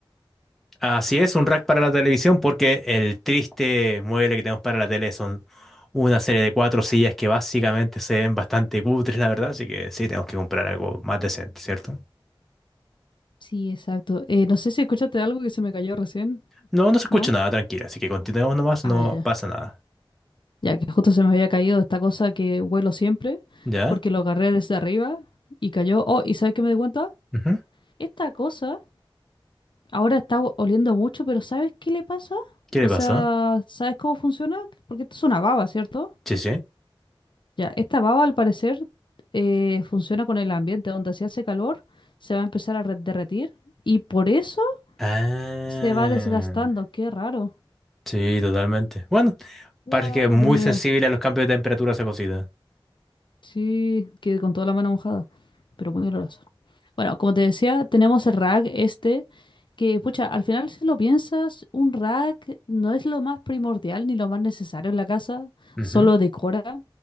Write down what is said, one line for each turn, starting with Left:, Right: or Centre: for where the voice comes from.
Centre: Así es, un rack para la televisión, porque el triste mueble que tenemos para la tele son una serie de cuatro sillas que básicamente se ven bastante cutres, la verdad, así que sí, tenemos que comprar algo más decente, ¿cierto?
Left: Sí, exacto. Eh, no sé si escuchaste algo que se me cayó recién,
Centre: No, no se escucha
Left: ¿no?
Centre: nada, tranquila, así que continuemos nomás, no
Left: Ah, ya, ya.
Centre: pasa nada.
Left: Ya que justo se me había caído esta cosa que huelo siempre,
Centre: ¿Ya?
Left: porque lo agarré desde arriba y cayó. Oh, ¿y sabes qué me di cuenta?
Centre: Ujú.
Left: Esta cosa ahora está o- oliendo mucho, pero ¿sabes qué le pasa?
Centre: ¿Qué le
Left: O
Centre: pasó?
Left: sea, ¿sabes cómo funciona? Porque esto es una baba, ¿cierto?
Centre: Sí, sí.
Left: Ya, esta baba al parecer eh, funciona con el ambiente, donde si hace calor se va a empezar a re- derretir y por eso
Centre: Ah,
Left: se va desgastando. Qué raro.
Centre: sí, totalmente. Bueno,
Left: Guau,
Centre: parece que es
Left: no
Centre: muy
Left: tenía
Centre: sensible
Left: idea.
Centre: a los cambios de temperatura esa cosita.
Left: Sí, que con toda la mano mojada, pero muy olorosa. Bueno, como te decía, tenemos el rack este, que, pucha, al final si lo piensas, un rack no es lo más primordial ni lo más necesario en la casa,
Centre: Ujú,
Left: solo decora,